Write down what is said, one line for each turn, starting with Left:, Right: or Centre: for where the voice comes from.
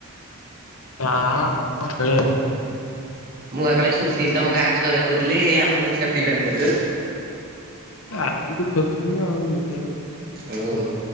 Left: ନାଁ ମୁ ଖ
Right: ମୁଁ ବା କାଳେ ଶୁଣିଥିଲି ତମ ଗାଁ ଛୁଆ ଗୁଡା କହୁଥିଲେ, ଏଇ ଆମ ମଉସା ଫ୍ରି ଫ୍ୟାୟର ଖେଳୁଛନ୍ତି।
Left: ଆଗରୁ ଖେଳୁ ଥିଲି ଆଉ। ଏବେ ଆଉ
Right: ମୁଁ
Left: ଖେ